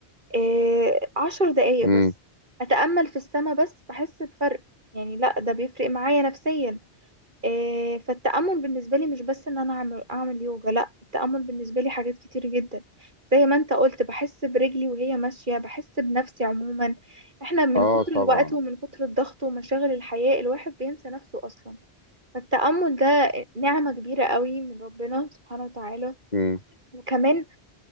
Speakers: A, on the right; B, on the left.
A: آه، عشر دقايق
B: امم
A: بس اتامل في السماء بس بحس بفرق يعني لا ده بيفرق معايا نفسيا آه، فالتأمل بالنسبة لي مش بس إن أنا أعمل أعمل يوجا لأ التأمل بالنسبة لي حاجات كتير جدا زي ما أنت قلت بحس برجلي وهي ماشية بحس بنفسي عموما إحنا من
B: اه
A: كتر الوقت
B: طبعا
A: ومن كتر الضغط ومشاغل الحياة الواحد بينسى نفسه أصلا فالتأمل ده نعمة كبيرة قوي من ربنا سبحانه وتعالى
B: امم
A: وكمان